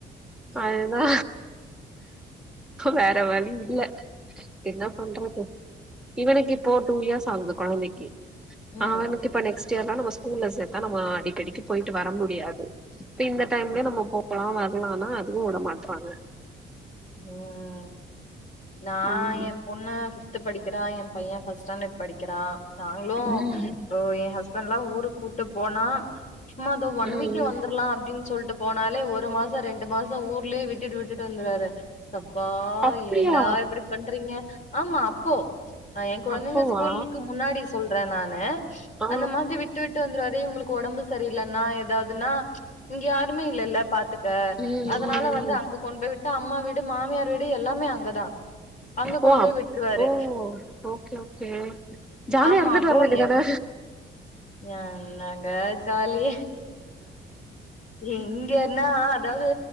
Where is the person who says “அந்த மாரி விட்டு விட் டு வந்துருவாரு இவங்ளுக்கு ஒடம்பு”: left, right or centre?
Left